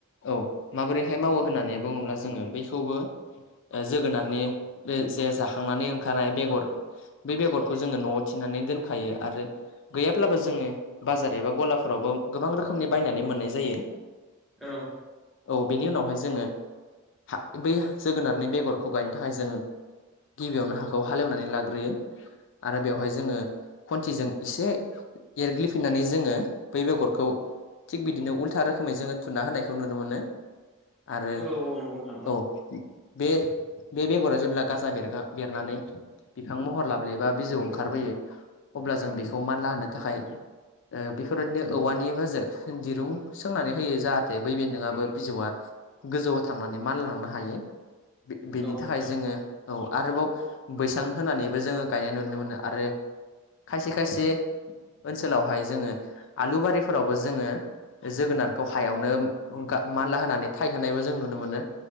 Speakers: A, on the left; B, in the centre.
A: औ माबोरैहाय मावो होननानै बुङोब्ला जोङो बैखौबो ओ जोगोनारनि बे जे जाखांनानै ओंखारनाय बेगर बे बेगरखौ जोङो न'आव थिनानै दोनखायो आरो गैयाब्लाबो जोङो बाजार एबा गलाफोरावबो गोबां रोखोमनि बायनानै मोननाय जायो।
B: औ
A: ओ औ बेनि उनावहाय जोङो हा बै जोगोनारनि बेगरखौ गायनो थाखाय जोङो गिबियावनो हाखौ हाखौ हालेवनानै लाग्रोयो आरो बेवहाय जोङो खुन्थिजों इसे एरग्लिफिननानै जोङो बै बेगरखौ थिग बिदिनो उल्था रोखोमै जोङो थुना होनायखौ नुनो मोनो। आरो
B: औ औ नंगौ नोंथां
A: औ बे-बे बेगरा जेब्ला गाजा बेरगा-बेरनानै बिफां महर लाब्लेबा बिजौ ओंखारबोयो। अब्ला जों बेखौ मानला होनो थाखाय ओ बेफोरबादिनो औवानिबा जों दिरुं सोंनानै होयो जाहाथे बै बेन्दोंआबो बिजौआ गोजौआव थांनानै मान लांनो हायो बेनि
B: औ
A: थाखाय जोङो औ आरोबाव बैसां होनानैबो जोङो गायनाय नुनो मोनो आरो खायसे खायसे ओनसोलावहाय जोङो आलुुबारिफोरावबो जोङो जोगोनारखौ हायावनो गा-मानला होनानै थायहोनायबो जों नुनो मोनो।